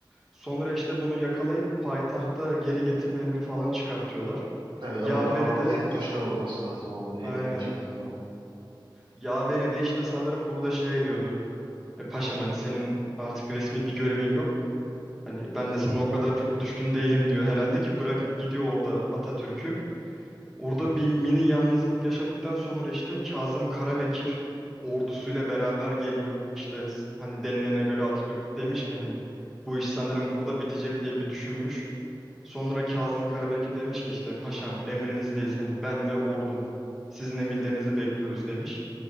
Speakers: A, in the centre; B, on the right (about 75°).
A: Sonra işte bunu yakalayıp payitahta geri getirme emri falan çıkartıyorlar.
B: Tabii,
A: Yaveri
B: o damat
A: de
B: Ferit Paşa olması lazım o emri
A: aynen.
B: çıkartan.
A: Yaveri de işte sanırım burada şey diyordu. E paşam hani senin artık resmi bir görevin yok. Hani ben de sana o kadar çok düşkün değilim diyor herhalde ki bırakıp gidiyor orada Atatürk'ü. Orada bir mini yalnızlık yaşadıktan sonra işte Kazım Karabekir ordusuyla beraber geliyor. İşte s- hani denilene göre Atatürk demiş ki hani bu iş sanırım burada bitecek diye bir düşünmüş. Sonra Kazım Karabekir demiş ki işte paşam emrinizdeyiz hani ben ve ordum sizin emirlerinizi bekliyoruz demiş.